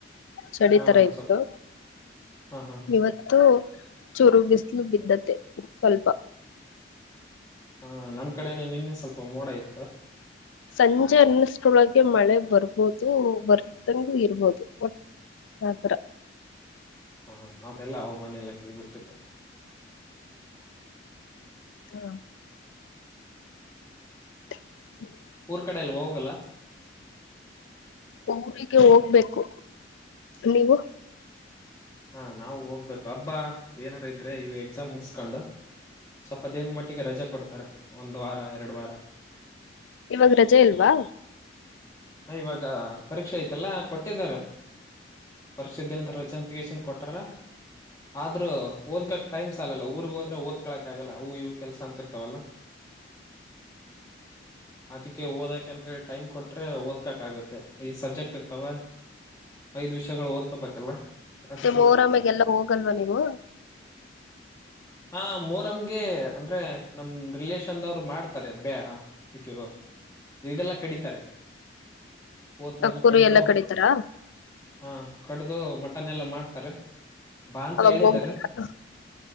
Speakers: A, on the left (about 85°); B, on the left (about 20°).
A: ಚಳಿ
B: ಹಾ
A: ತರ ಇತ್ತು
B: ಸ್ವಲ್ಪ ಹಾ ಹಾ ಹಾ
A: ಇವತ್ತು ಚೂರು ಬಿಸಿಲು ಬಿದ್ದದ ಮತ್ತ ಸ್ವಲ್ಪ
B: ಹಾ ನಮ್ ಕಡೆನೆ ನಿನ್ನೆ ಸ್ವಲ್ಪ ಮೋಡ ಇತು
A: ಸಂಜೆ ಅನ್ನಷ್ಟೊಳಗೆ ಮಳೆ ಬರ್ಬದು ಇರ್ಬೋದು ಬರ್ದಂಗೂ ಇರ್ಬೋದು ಒಟ್ಟ ಯತರ
B: ಹಾ ಹ ಅದೆಲ್ಲ ಅವ ಮನೆಯಲ್ಲ ಕೀಬಿಟ್ಟಿತ್ತು
A: ಹ್ಮ <inaudible>
B: ಊರ್ ಕಡೆಯಲ್ಲಿ ಹೋಗಲ್ಲ
A: ಊರಿಗೆ ಹೋಗ್ಬೇಕು ನೀವು
B: ಹಾ ನಾವು ಹೋಗ್ಬೇಕು ಹಬ್ಬಾ ಏನಾರ ಇದ್ರೆ ಇವ ಎಕ್ಸಾಮ್ ಮುಗಸ್ಕೊಂಡು ಸ್ವಲ್ಪ ದೇನ್ ಮಟ್ಟಿಗೆ ರಜಾ ಕೊಡ್ತ ತರ ಒಂದು ವಾರ ಎರಡು ವಾರ
A: ಇವಾಗ ರಜೆ ಇಲ್ವಾ
B: ಹ ಇವಾಗ ಪರೀಕ್ಷೆ ಐತಲ್ಲ ಕೊಟ್ಟಿದ್ದಾರೆ ಪರೀಕ್ಷೆ ಇದ್ದನಂತ ರಜಾಂತಗ ಕೊಟ್ಟರ ಆದ್ರೂ ಓದಕಕ್ ಟೈಮ್ ಸಾಲಲ್ಲ ಊರ್ಗ ಹೋದ್ರೆ ಓದ್ಕಳಕ್ ಆಗಲ್ಲ ಅವು ಇವು ಕೆಲ್ಸ ಅಂತಿರ್ತಾವಲ್ಲ ಅದಕ್ಕೆ ಹೋದ ಯಾಕಂತ ಟೈಮ್ ಕೊಟ್ರೆ ಓದ್ಬೇಕ ಆಗತ್ತೆ ಐದ್ ಸಬ್ಜೆಕ್ಟ್ ಇರ್ತವ ಐದ್ ವಿಷಯಗಳು ಓದ್ಕೋಬೇಕ ಅಲ್ಲಾ ಅದ
A: ಮೊರಮ್ಮಿಗೆಲ್ಲ ಹೋಗಲ್ವಾ ನೀವು
B: ಹಾ ಮೋರಮ್ಗೆ ಅಂದ್ರೆ ನಮ ರಿಲಷನ್ದವ್ರು ಮಾಡ್ತಾರೆ ಬ್ಯಾ ಇದು ಇದೆಲ್ಲಾ ಕಡಿತಾರೆ ಓತ್ನೆಲ್ಲ
A: ಕುರಿ
B: ಕಡಿದು
A: ಎಲ್ಲಾ ಕಡಿತಾರ
B: ಹಾ ಕಡಿದು ಮ ತನ್ನೆಲ್ಲ ಮಾಡ ತ ಬಾ ಅಂತ
A: ಅವಾಗ
B: ಹೇಳಿದಾರ
A: ಹೋಗ್ಬೇಕ